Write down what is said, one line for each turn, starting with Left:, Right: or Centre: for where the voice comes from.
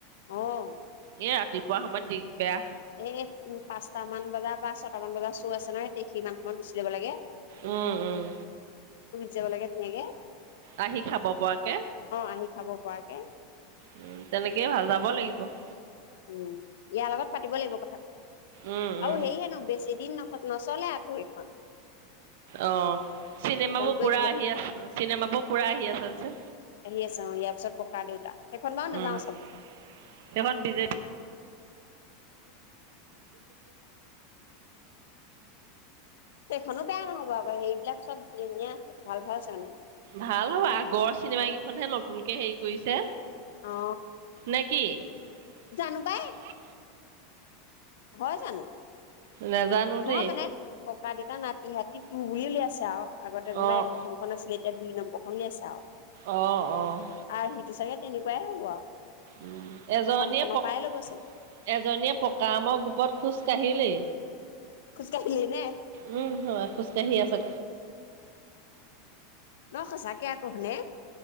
Left: অহ ।
Right: এ ৰাতিপুৱা সময়ত দি গদা
Left: এই পাঁচটামান বজা বা ছয়টামান বজাত চ আছে নহয় সি মমান সমমান গুচি যাব লাগে
Right: উম উম
Left: জাব লাগে ধুনীয়া কে ।
Right: আহি খাব পৰাকে
Left: আহি খাব পৰাকে
Right: উ তেনেকেই ভাজাব লাগিব ।
Left: উম ইয়াৰ লগত পাতিব লাগিব কথাটো
Right: উম, উম।
Left: আৰু সে হেনো বেছি দিন ন নচলে আ পৰিই পাম
Right: অ চিনেমাবোৰ
Left: কৰি
Right: পুৰা
Left: দিব
Right: আহি
Left: হেনো।
Right: আছে চিনেমাবোৰ পুৰা আহি আছে
Left: আহি আছে অ ইয়াৰ পিছত ককা দেউতা সেইখন বাৰু নাযাও
Right: উম
Left: চাবলৈ
Right: দে যাবি
Left: তেখখন নো বেয়া নহয় । সেইবিলাক চব ধুনীয়া ধুনীয়া আছে ভাল ভাল আছে মানে।
Right: ভাল হ'ব আগৰ চিনেমা কেইখনহে নতুনকে হেৰি কৰিছে।
Left: অ
Right: নে কি নাম্প
Left: জানো পাই হয় জানো
Right: নাজানো
Left: নহয়
Right: দেই
Left: মানে ককা দেতা নাতি হতি তোৰ বুলি উলিয়াই আছে আৰু আগতে যেনিবা
Right: অ',
Left: এক প্ৰথমখন আছিলে এতিয়া দুই নম্বৰখন উলিয়াইছে আৰু
Right: অ', অ'।
Left: আৰ্ সিটো চাগে। তেনেকুৱাই হ'ব আৰু।
Right: উ এজনীয়ে
Left: প্ৰথমখনৰ
Right: পকা
Left: পৰাই ল'ব চাগে
Right: এজনীয়ে পকা আমৰো। পদ খোজ কাঢ়িলেই।
Left: খোজকাঢ়িলেই নে
Right: উম হ খোজকাাঢ়ি আছে।
Left: নহৈ সচাঁই ক মানে